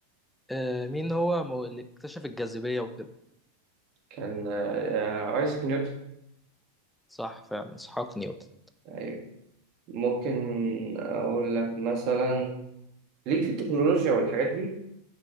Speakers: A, in the centre; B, on the right.
A: آه، مين هو مو- اللي اكتشف الجاذبية وكده
B: كان آه، آه، آه، آيزاك نيوتن
A: صح فعلا اسحاق نيوتن
B: أيوة ممكن أقول لك مثلا ليك في التكنولوجيا والحاجات دي